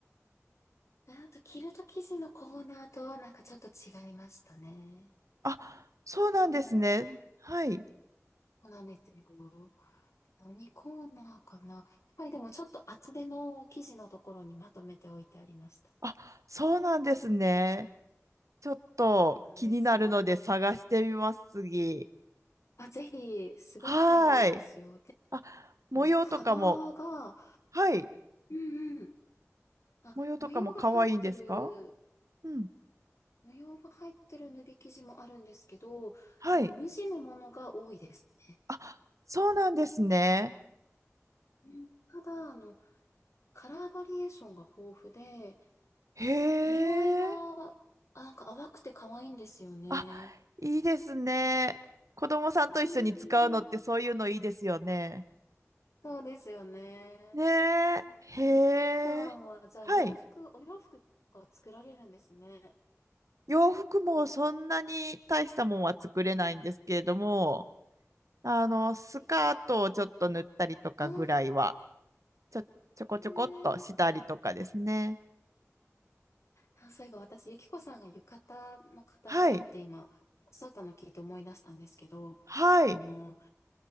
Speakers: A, on the left (about 65°); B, on the right (about 75°).
A: あとキルト生地のコーナーとはなんかちょっと違いましたね。
B: あ、そうなんですね。
A: でも、
B: はい。
A: そうなんですよ。何コーナーかな。やっぱりでもちょっと厚手の生地のところにまとめておいてありました。
B: あ、そうなんですね。ちょっと気になるので探してみます、
A: なんです。
B: 次。
A: あ、ぜひ、すごく可愛いですよ。
B: はーい。
A: で
B: あ、模様とかも、
A: も、幅が、
B: はい。
A: うんうん。あ、
B: 模様とかも可愛いんですか
A: 模様が入ってる、
B: うん。
A: 模様が入ってる縫い生地もあるんですけど、
B: はい。
A: もう無地のものが多いですね。
B: あ、そうなんですね。
A: うんただ、あの、カラーバリエーションが豊富で、
B: へ
A: 色合いが、
B: え。
A: あ、なんか淡くて可愛いんですよね。
B: あ、いいですね。子供さんと一緒に使うのってそういうのいいですよね。
A: うーん、そうですよね。
B: ねえ。
A: えー、
B: へ
A: えゆきさんは、
B: え。
A: じゃあ洋服、
B: はい。
A: お洋服とか作られるんですね。
B: 洋服もそんなに大したもんは作れないんですけれども、あの、
A: 素敵。
B: スカートをちょっと塗ったりとかぐらいは、
A: ああ、
B: ちょ、ちょこちょこっとしたりとかですね。
A: ええあ、そういえば私、ゆきこさんが浴衣の型紙って今、
B: はい、
A: おっしゃったの聞いて思い出したんですけど、
B: はい、
A: あの、